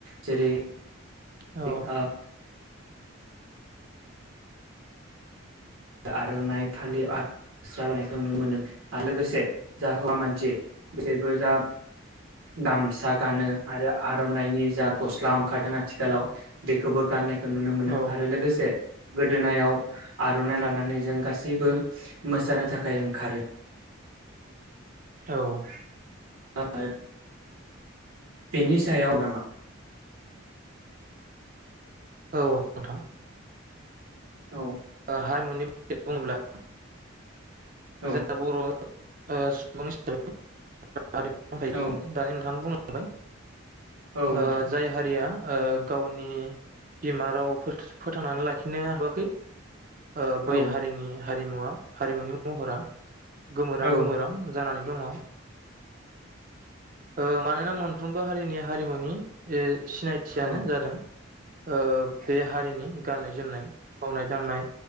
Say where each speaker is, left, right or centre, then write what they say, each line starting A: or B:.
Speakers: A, on the right; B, on the right.
A: जेरै <unintelligible>
B: औ
A: आ आर'नाइ फालिनायखौ नुनो मोनो लोगोसे जा हुवा मानसि बेसोररबोजा गामसा गानो आरो आर'नाइनि जा गस्ला ओंखारदों आथिखालाव बेखौबो गाने नुनो मोनो
B: औ
A: आरो लोगोसे गोदोनायाव आर'नाइ लानानै जों गासिबो मोसानो थाखाय ओंखारो।
B: औ
A: <unintelligible> बेनि सायाव नामा?
B: औ नोंथां।
A: औ
B: हाय माने <unintelligible> बुङोब्ला
A: औ
B: जा बर' ओ सुबुं हिसाबै <unintelligible>
A: औ
B: दानि नोंथाङानो बुं बाय
A: औ
B: ओ
A: नोंथां
B: जाय हारिया ओ गावनि बिमा राव फोथांनानै लाखिनो हाबा खै ओ बै
A: औ
B: हारिनि हारिमुवा हारिमुनि महरा गोमोरां
A: औ
B: गोमोरां जानानै दङ। ओ मानोना मोनफ्रोमबो हारिनि हारिमुनि ए सिनायथियानो
A: औ
B: जादों ओ बे हारिनि गाननाय जोमनाय। मावनाय दांनाय